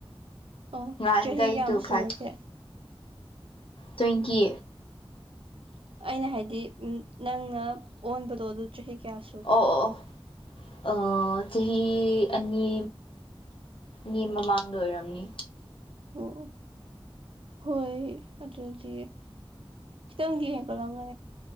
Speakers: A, on the right; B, on the left.
A: ꯑꯣ
B: ꯉꯍꯥꯟꯒꯩꯗꯨ
A: ꯆꯍꯤ ꯀꯌꯥꯝ
B: ꯇꯨ
A: ꯁꯨꯔꯒꯦ
B: ꯐꯥꯏꯚ ꯇ꯭ꯋꯦꯟꯇꯤ
A: ꯑꯩꯅ ꯍꯥꯏꯗꯤ ꯅꯪꯅ ꯑꯣꯟꯕꯗꯣ ꯑꯗꯨ ꯆꯍꯤ ꯀꯌꯥ ꯁꯨ
B: ꯑꯣ ꯑꯣ ꯑꯣ ꯆꯍꯤ ꯑꯅꯤ ꯅꯤ ꯃꯃꯥꯡꯗ ꯑꯣꯏꯔꯝꯅꯤ
A: ꯑꯣ ꯍꯣꯏ ꯑꯗꯨꯗꯤ ꯁꯤꯇꯕꯨꯗꯤ ꯍꯦ ꯀꯂꯝ ꯃ